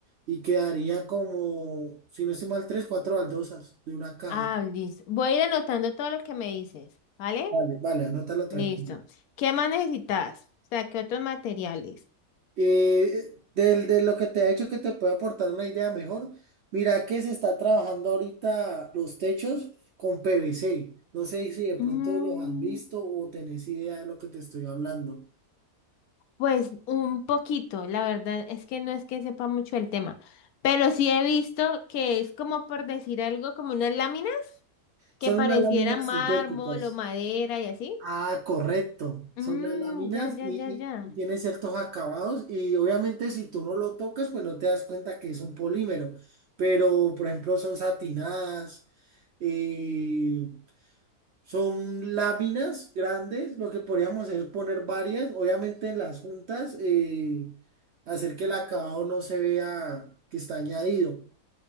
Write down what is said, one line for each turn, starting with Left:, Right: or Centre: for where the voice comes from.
Right: y, y quedaría como, si no estoy mal, tres, cuatro baldosas de una caja.
Left: Ah, listo. Voy a ir anotando todo lo que me dices, ¿vale?
Right: Vale, vale, anótala tranquila.
Left: Listo. ¿Qué más necesitas? O sea, ¿qué otros materiales?
Right: Eh, del- de, lo que te ha hecho que te puede aportar una idea mejor, mira que se está trabajando ahorita los techos con PVC. No sé si de pronto
Left: Mm.
Right: los has visto o tenés idea de lo que te estoy hablando.
Left: Pues un poquito, la verdad es que no es que sepa mucho el tema, pero sí he visto que es como por decir algo, como unas láminas que
Right: Son
Left: pareciera
Right: unas láminas
Left: mármol
Right: sintéticas.
Left: o madera y así.
Right: Ah, correcto. Son
Left: Mm,
Right: las láminas
Left: ya, ya,
Right: y,
Left: ya, ya.
Right: y tiene ciertos acabados y obviamente si tú no lo tocas, pues no te das cuenta que es un polímero. Pero, por ejemplo, son satinadas, eh, son láminas grandes. Lo que podríamos hacer es poner varias, obviamente en las juntas, eh, hacer que el acabado no se vea que está añadido.